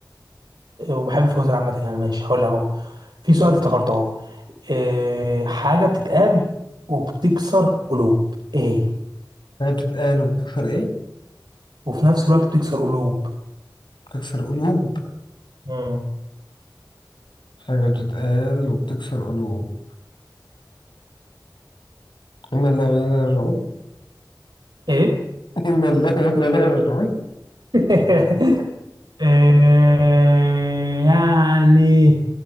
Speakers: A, on the right; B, on the left.
A: إيه، وبحب الفوازير عامة يعني ماشي هقول لك اهو في سؤال افتكرته اهو إيه حاجة بتتقال وبتكسر قلوب ايه هي؟
B: هي بتتقال وبتكسر ايه؟
A: وفي نفس الوقت بتكسر قلوب
B: بتكسر قلوب
A: مم.
B: حاجة بتتقال وبتكسر قلوب إنا لا ولا راجعون
A: ايه
B: <laughs> إنا لا ولا لا راجعون
A: <laughs> آه يعني